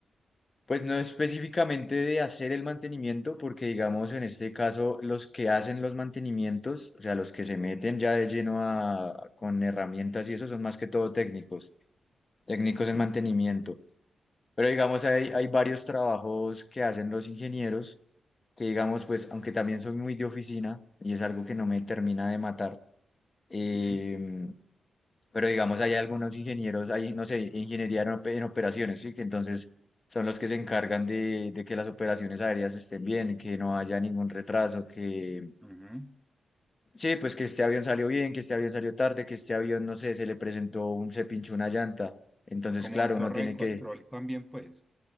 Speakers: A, on the left (about 30°); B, in the centre.
A: Pues no específicamente de hacer el mantenimiento, porque digamos en este caso los que hacen los mantenimientos, o sea, los que se meten ya de lleno a, con herramientas y eso son más que todo técnicos, técnicos en mantenimiento. Pero digamos hay, hay varios trabajos que hacen los ingenieros que digamos, pues, aunque también soy muy de oficina y es algo que no me termina de matar, eh,
B: Ujú, ujú,
A: pero digamos, hay algunos ingenieros, hay, no sé, ingeniería en op- en operaciones, ¿sí? Que entonces son los que se encargan de, de que las operaciones aéreas estén bien, que no haya ningún retraso, que...
B: ujú.
A: Sí, pues que este avión salió bien, que este avión salió tarde, que este avión, no sé, se le presentó un, se pinchó una llanta. Entonces,
B: Como
A: claro,
B: en
A: uno
B: torre
A: tiene
B: de control
A: que...
B: también, pues.